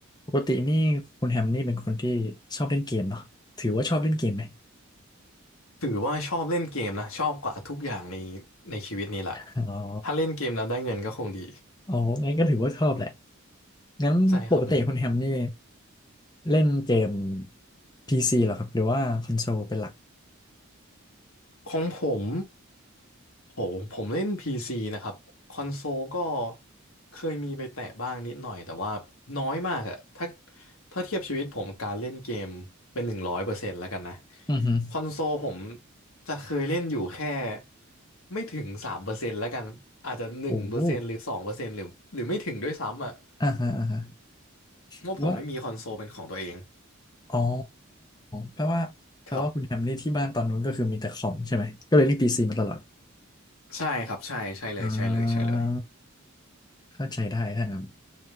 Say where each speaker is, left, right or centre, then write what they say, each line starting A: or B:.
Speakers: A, on the left; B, on the left.
A: ปกตินี่คุณแฮมนี่เป็นคนที่ชอบเล่นเกมเนาะถือว่าชอบเล่นเกมไหม
B: ถือว่าชอบเล่นเกมนะชอบกว่าทุกอย่างในในชีวิตนี้แหละ
A: อ๋อ
B: ถ้าเล่นเกมแล้วได้เงินก็คงดี
A: อ๋อางั้นก็ถือว่าชอบแหละงั้นปกติคุณแฮมนี่
B: ใช่ครับ
A: เล่นเกม PC เหรอครับหรือว่าคอนโซลเป็นหลัก
B: ของผมโหผมเล่น PC นะครับคอนโซลก็เคยมีไปแตะบ้างนิดหน่อยแต่ว่าน้อยมากอะถ้าถ้าเทียบชีวิตผมการเล่นเกมเป็นหนึ่งร้อยเปอร์เซ็นต์แล้วกันนะ
A: อือฮึ
B: คอนโซลผมจะเคยเล่นอยู่แค่ไม่ถึงสามเปอร์เซ็นต์แล้วกันอาจจะหนึ่งเปอร์เซ็นต์หรือสองเปอร์เซ็นต์หรือหรือไม่ถึงด้วยซ้ำอะ
A: โอ้โหอ่าฮะอ่าฮะ
B: ว่าผมไม่มีคอนโซลเป็นของตัวเอง
A: แปลว่าอ๋อแปลว่าแปลว่าคุณแฮมนี่ที่บ้านตอนนู้นก็คือมีแต่คอมใช่ไหมก็เลยเล่น
B: ครับ
A: PC มาตลอด
B: ใช่ครับ ใช่ ใช่เลย
A: อ่
B: ใช่เลยใช่เลย
A: าเข้าใจได้ถ้างั้น